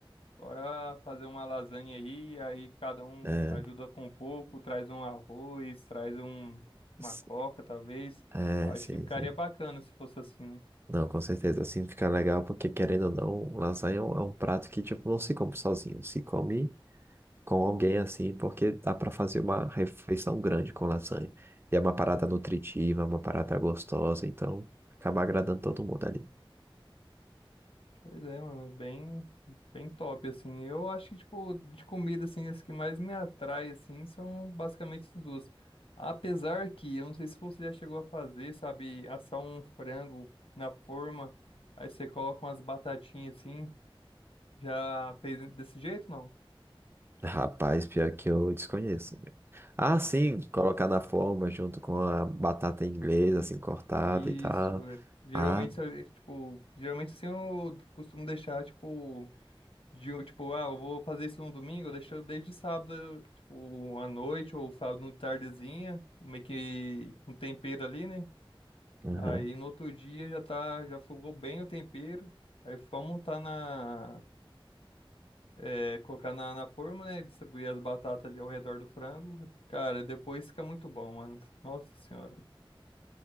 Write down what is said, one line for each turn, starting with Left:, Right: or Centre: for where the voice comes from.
Left: Bora fazer uma lasanha aí, aí cada um
Right: é,
Left: ajuda com um pouco, traz um arroz, traz um, uma
Right: s-
Left: coca, talvez.
Right: é,
Left: Eu acho
Right: sim,
Left: que ficaria
Right: sim.
Left: bacana se fosse assim, né?
Right: Não, com certeza, assim fica legal, porque querendo ou não, lasanha é um é um prato que, tipo, não se come sozinho, se come com alguém assim, porque dá para fazer uma refeição grande com lasanha. E é uma parada nutritiva, é uma parada gostosa, então acaba agradando todo mundo ali.
Left: Pois é, mano, é bem, bem top, assim. Eu acho que, tipo, de comida, assim, as que mais me atrai, assim, são basicamente essas duas. Apesar que, eu não sei se você já chegou a fazer, sabe, assar um frango na forma, aí você coloca umas batatinhas, assim, já fez desse jeito, não?
Right: <laughs> Rapaz, pior que eu desconheço. Ah, sim, colocar na forma junto com a batata inglesa, assim, cortada
Left: Isso,
Right: e tal.
Left: é. Geralmente,
Right: Ah,
Left: se eu- tipo, geralmente assim eu costumo deixar, tipo, de, um- tipo, ah, eu vou fazer isso no domingo, eu deixo desde sábado, tipo, à noite ou sábado de tardezinha, meio que um tempero ali, né?
Right: aham.
Left: Aí no outro dia já tá, já fogou bem o tempero, aí vamos montar na, é, colocar na, na forma, né? Distribuir as batatas ali ao redor do frango. Cara, depois fica muito bom, mano. Nossa senhora.